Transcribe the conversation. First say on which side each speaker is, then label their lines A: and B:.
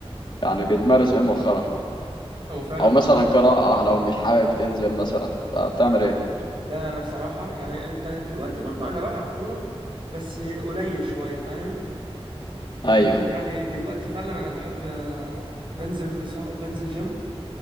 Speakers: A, on the left (about 50°); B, on the right (about 55°).
A: يعني بتمارس ايه مؤخرا
B: هو فعلا
A: او
B: بصراحه
A: مثلا قراءة لو مش حابب تنزل مثلا فبتعمل ايه
B: لا انا بصراحه يعني انت دلوقتي برضه انا بلعب كوره بس قليل شويه فاهم يا
A: ايوه
B: بس يعني دلوقتي فعلا انا بحب آه، بنزل ص- بنزل جيم